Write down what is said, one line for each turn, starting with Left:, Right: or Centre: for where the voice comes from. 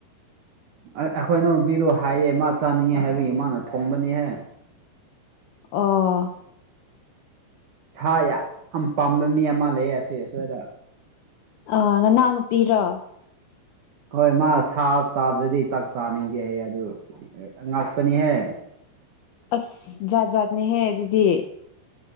Right: ꯑꯩ ꯑꯈꯣꯏ ꯏꯟꯅꯥꯎ ꯅꯨꯄꯤꯗꯨ ꯍꯩꯌꯦ ꯃꯥ ꯆꯥꯅꯤꯡꯉꯦ ꯍꯥꯏꯕꯒꯤ ꯃꯥꯅ ꯊꯣꯡꯕꯅꯤꯍꯦ
Left: ꯑꯣ
Right: ꯁꯥ ꯌꯥꯝ ꯄꯥꯝꯕ ꯃꯤ ꯑꯃ ꯂꯩ ꯑꯁꯤ ꯁ꯭ꯋꯥꯏꯗ
Left: ꯑ ꯅꯅꯥꯎ ꯅꯨꯄꯤꯔꯣ
Right: ꯍꯣꯏ ꯃꯥ ꯁꯥ ꯆꯥꯗ꯭ꯔꯗꯤ ꯆꯥꯛ ꯆꯥꯅꯤꯡꯗꯦ ꯍꯥꯏꯌꯦ ꯑꯗꯨ ꯉꯛꯄꯅꯤꯍꯦ
Left: ꯑꯁ ꯖꯥꯠ ꯖꯥꯠꯅꯤꯍꯦ ꯑꯗꯨꯗꯤ